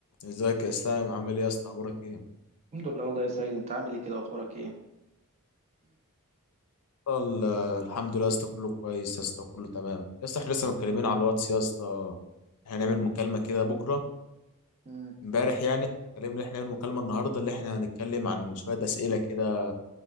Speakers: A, on the left (about 80°); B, on the right (about 30°).
A: ازيك يا اسلام عامل ايه يا اسطى اخبارك ايه
B: الحمد لله والله يا سيد انت عامل ايه كده واخبارك ايه
A: ال- الحمد لله يا اسطى كله كويس يا اسطى كله تمام يا اسطى احنا لسه متكلمين على الواتس يا اسطى احنا هنعمل مكالمة كده بكرة
B: مم.
A: امبارح يعني اتكلمنا ان احنا هنعمل مكالمة النهاردة اللي احنا هنتكلم عن شوية أسئلة كده